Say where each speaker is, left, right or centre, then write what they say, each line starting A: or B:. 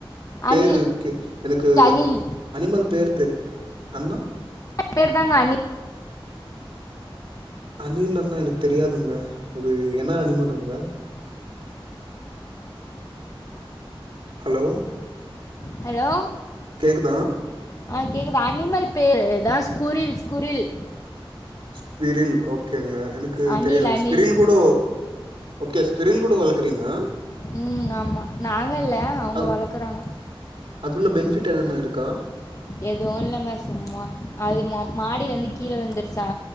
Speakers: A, on the right (about 60°); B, on the left (about 35°).
A: பேரு
B: அனில்
A: க்கு எனக்கு
B: அனில்
A: அனிமல் பேர் தெரியல அண்ணா
B: பேர் தாங்க அணி
A: அணில்லன்னா எனக்கு தெரியாதுங்க அது என்ன அனிமலுங்க ஹலோ
B: ஹலோ
A: கேக்குதா
B: ஆ கேக்குதா அனிமல் பேரு தா ஸ்குரில் ஸ்குரில்
A: ஸ்கிரில் ஓகேங்க எனக்கு
B: அனில்
A: தெரியாது
B: அனில்
A: ஸ்கிரில் கூட ஓகே ஸ்க்ரில் கூட வளக்றீங்ளா
B: ம் ஆமா நாங்கல்ல அவங்க
A: அது
B: வளக்குறாங்க
A: அதுல பெனிஃபிட் என்னென்ன இருக்கா
B: எதுவு இல்லங்க சும்மா அது மாடில லந்து கீழ விழுந்துர்ச்சா